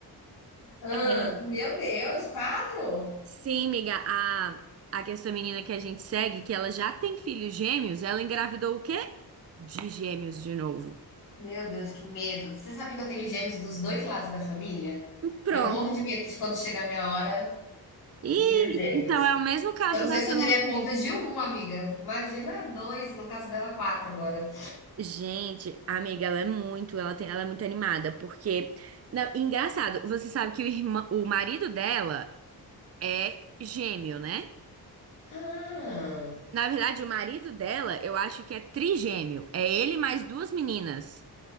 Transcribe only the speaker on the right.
<laughs>
Sim, amiga. a a que essa menina que a gente segue, que ela já tem filhos gêmeos, ela engravidou o quê? De gêmeos de novo.
Pronto.
E
então é o mesmo caso
dessa
moça
aí.
Gente, amiga, ela é muito, ela tem, ela é muito animada, porque, não, engraçado, você sabe que o irmã, o marido dela é gêmeo, né?
Na verdade, o marido dela, eu acho que é trigêmeo. É ele mais duas meninas.